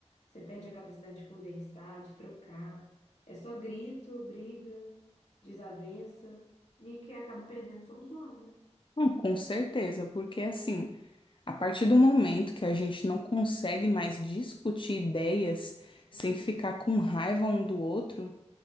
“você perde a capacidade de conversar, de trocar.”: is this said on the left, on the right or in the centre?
Left